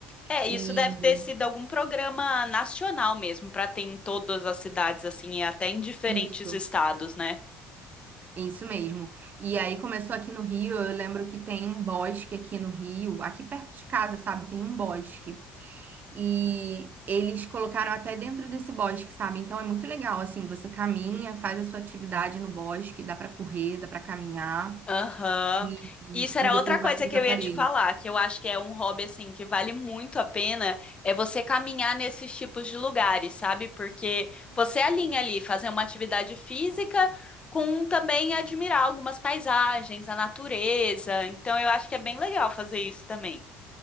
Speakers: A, on the left; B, on the right.
A: É,
B: E
A: isso deve ter sido algum programa nacional mesmo, para ter em todas as cidades, assim, e até em diferentes
B: isso,
A: estados, né?
B: isso mesmo. E aí começou aqui no Rio. Eu lembro que tem um bosque aqui no Rio, aqui perto de casa, sabe? Tem um bosque. E eles colocaram até dentro desse bosque, sabe? Então é muito legal, assim, você caminha, faz a sua atividade no bosque, dá pra correr, dá pra caminhar
A: Aham.
B: e, e,
A: Isso era
B: e depois
A: outra coisa
B: vai pros
A: que
B: aparelhos.
A: eu ia te falar, que eu acho que é um hobby assim que vale muito a pena, é você caminhar nesses tipos de lugares, sabe? Porque você alinha ali fazer uma atividade física com também admirar algumas paisagens, a natureza. Então eu acho que é bem legal fazer isso também.